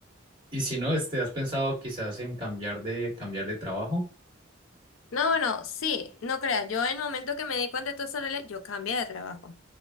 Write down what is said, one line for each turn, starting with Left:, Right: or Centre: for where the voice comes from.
Right: y si no, este, ¿has pensado quizás en cambiar de, cambiar de trabajo?
Left: No, bueno, sí, no creas, yo en el momento que me di cuenta de todo eso, Lele, yo cambié de trabajo.